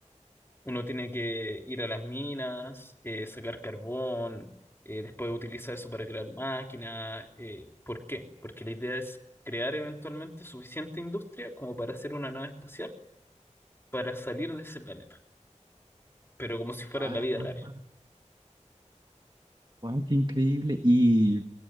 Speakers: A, on the left; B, on the right.
A: Uno tiene que ir a las minas, eh, sacar carbón, eh, después utilizar eso para crear máquinas. eh, ¿por qué? Porque la idea es crear eventualmente suficiente industria como para hacer una nave espacial para salir de ese planeta, pero como si fuera
B: <laughs>
A: la vida real.
B: Wow. Wow, qué increíble. Y